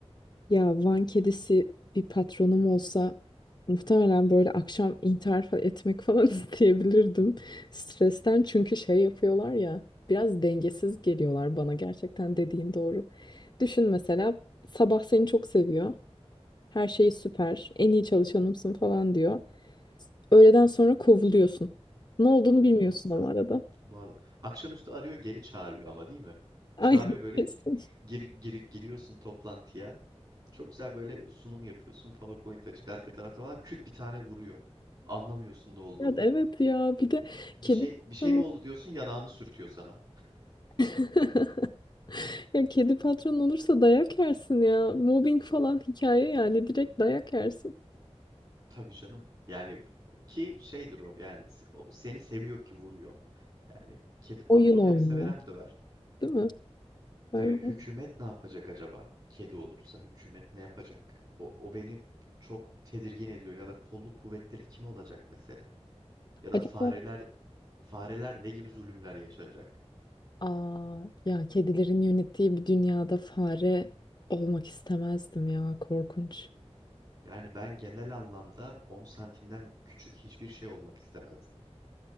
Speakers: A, on the left (about 40°); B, on the right (about 50°).
A: Ya Van kedisi bir patronum olsa muhtemelen böyle akşam intihar fa- etmek falan <laughs> isteyebilirdim. Stresten çünkü şey yapıyorlar ya biraz dengesiz geliyorlar bana gerçekten dediğin doğru. Düşün mesela sabah seni çok seviyor. Her şeyi süper, en iyi çalışanımsın falan diyor. Öğleden sonra kovuluyorsun. Ne olduğunu
B: Muazzam.
A: bilmiyorsun ama arada.
B: Vallahi. Akşamüstü arıyor geri çağırıyor ama değil mi?
A: Aynen
B: Çağırıyor böyle gir,
A: <laughs> kesin.
B: gir, gir- giriyorsun toplantıya. Çok güzel böyle sunum yapıyorsun. PowerPoint açık arka tarafta var. Küt bir tane vuruyor. Anlamıyorsun ne olduğunu.
A: Ya, evet ya bir de
B: Bir
A: kedi
B: şey
A: patronu.
B: bir şey mi oldu diyorsun yanağını sürtüyor sana.
A: <laughs> Ya kedi patron olursa dayak yersin ya. Mobbing falan hikaye yani direkt dayak yersin.
B: Tabii canım. Yani ki şeydir o yani s- o seni seviyor ki vuruyor. Yani kedi patron
A: Oyun oynuyor.
B: hem sever hem döver.
A: Değil mi? Aynen.
B: Tabii hükümet ne yapacak acaba? Kedi olursa hükümet ne yapacak? O, o beni çok tedirgin ediyor. Ya da kolluk kuvvetleri kim olacak mesela? Ya da
A: Acaba
B: fareler fareler ne gibi zulümler yaşayacak?
A: Aa, ya kedilerin yönettiği bir dünyada fare olmak istemezdim ya korkunç.
B: Yani ben genel anlamda 10 santimden küçük hiçbir şey olmak istemezdim.